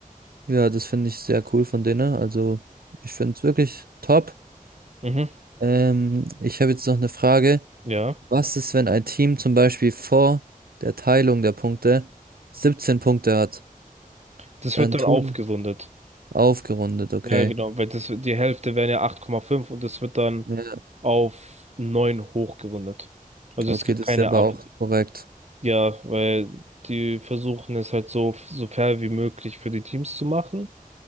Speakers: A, on the right (about 85°); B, on the right (about 50°).
A: Ja, das finde ich sehr cool von denen. Also ich finde es wirklich top.
B: Mhm.
A: Ähm, ich habe jetzt noch eine Frage.
B: Ja.
A: Was ist, wenn ein Team zum Beispiel vor der Teilung der Punkte 17 Punkte hat?
B: Das
A: Dann
B: wird dann
A: tun
B: aufgerundet.
A: aufgerundet, okay.
B: Ja, genau, weil das, die Hälfte wären ja 8,5 und das wird dann
A: Ja,
B: auf 9 hochgerundet. Also
A: okay,
B: es gibt
A: das
B: keine
A: ist aber
B: Ab
A: auch korrekt.
B: Ja, weil die versuchen es halt so, so fair wie möglich für die Teams zu machen,